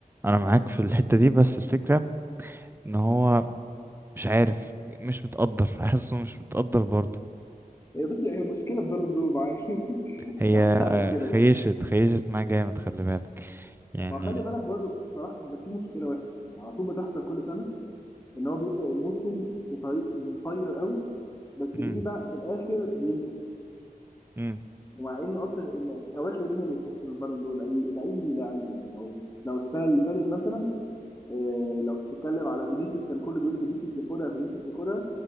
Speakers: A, on the right; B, on the left.
A: انا معاك في الحتة دي بس الفكرة ان هو مش عارف مش متقدر <laughs> حاسه مش متقدر برضه
B: إيه بس هي مشكله في بالون دور معاه <laughs>
A: هي
B: ده حاسس عشان
A: آه،
B: كده
A: خيشت
B: بس
A: خيشت معاه جامد خلي بالك يعني
B: ما خلي بالك برضه صلاح بيبقى فيه مشكله وحشه يعني على طول بتحصل كل سنه ان هو بيبدا الموسم بطريق مفير قوي بس
A: مم.
B: بيجي بقى في الاخر بيهدى
A: مم.
B: ومع ان اصلا إن الاواخر دي هي اللي بتحسم البالون دور لاي لاي لعيب يعني لو لو السنه اللي فاتت مثلا إيه لو بتتكلم على فينيسيوس كان كله بيقول فينيسيوس ياخدها فينيسيوس ياخدها